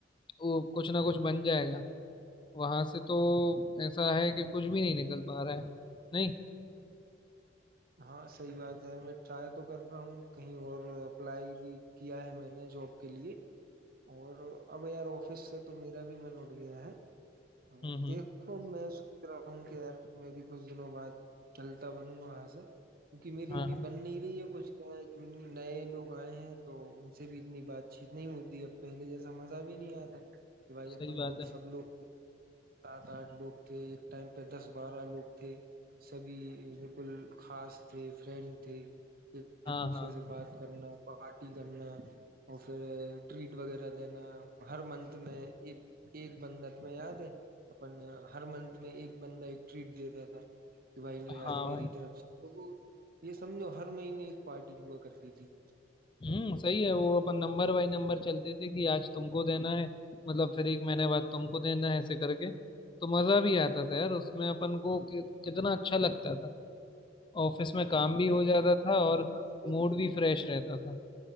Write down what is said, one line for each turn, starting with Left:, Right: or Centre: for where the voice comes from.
Left: वो कुछ ना कुछ बन जाएगा वहां से तो ऐसा है कि कुछ भी नहीं निकल पा रहा है नहीं
Right: हाँ सही बात है यार मैं ट्राई तो कर रहा हूँ कहीं और अप्लाई भी किया है मैंने जॉब के लिए और अब यार ऑफिस से तो मेरा भी मन उठ गया है हम्म,
Left: हम्म हम्म
Right: देखो मैं सोच रहा हूँ कि यार मैं भी कुछ दिनों बाद चलता बनूंगा यहाँ से क्योंकि मेरी
Left: हाँ
Right: भी बन नहीं रही है कुछ क्या है जूनियर नए लोग आए हैं तो उनसे भी इतनी बातचीत नहीं होती अब पहले जैसा मजा भी नहीं आता कि भाई
Left: सही
Right: अपन
Left: बात
Right: लोग
Left: है
Right: सब लोग सात आठ लोग थे एक टाइम पे दस बारह लोग थे सभी बिल्कुल खास थे फ्रेंड थे एक
Left: हाँ
Right: एक दूसरे
Left: हाँ
Right: से बात करना पार्टी करना और फिर ट्रीट वगैरह देना हर मंथ में एक एक बंदा तुम्हें याद है अपन हर मंथ में एक बंदा एक ट्रीट देता था कि भाई नहीं
Left: हाँ
Right: आज
Left: भाई
Right: मेरी तरफ से तो वो ये समझो हर महीने एक पार्टी हुआ करती थी
Left: हम्म सही है वो अपन नंबर बाई नंबर चलते थे कि आज तुमको देना है मतलब फिर एक महीने बाद तुमको देना है ऐसे करके तो मजा भी आता था यार उसमें अपन को कि, कितना अच्छा लगता था ऑफिस में काम भी
Right: यानी
Left: हो जाता
Right: ओ-
Left: था और
Right: हाँ, कोई
Left: मूड भी फ्रेश रहता था